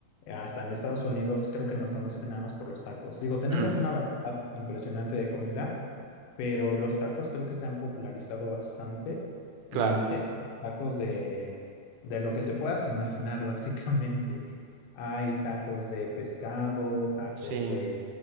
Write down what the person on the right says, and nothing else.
Mm,
claro,
sí,